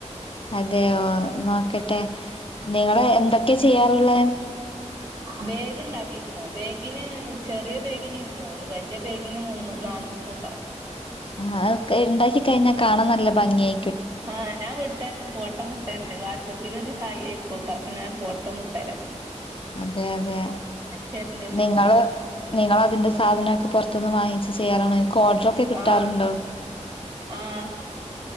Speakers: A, on the left (about 45°); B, on the right (about 35°).
A: അതെയോ നോക്കട്ടെ നിങ്ങള് എന്തൊക്കെ ചെയ്യാറുള്ളെ
B: ബേഗ് ഇണ്ടാക്കിക്ക്ണ് ബേഗിന് ചെറിയ ബേഗിന് ഇരുന്നൂറ് വെല്ല്യ ബേഗിന് മുന്നു നാ ന്നൂറ്ണ്ടാവും
A: ആ ഒക്കെ ഇണ്ടാക്കി കഴിഞ്ഞാ കാണാൻ നല്ല ഭംഗിയാ
B: ആ ഞാൻ വിട്ടര്ൻ്റ് ഫോട്ടോ വി ട്ടണ്ട് വാട്‌സപ്പിലൊരു ഹായ് ആയിക്കോട്ടോ അപ്പോ ഞാ ഫോട്ടം വിട്ടരാ
A: അതെ അതെ
B: അയച്ചരണ്ട്
A: നിങ്ങള് നിങ്ങളതിന്റെ സാധനൊക്കെ പൊർത്ത്ന്ന് വാങ്ങിച്ച് ചെയ്യാറാണോ ക്കൊർഡറൊക്കെ കിട്ടാറുണ്ടോ
B: ആഹ് ആഹ്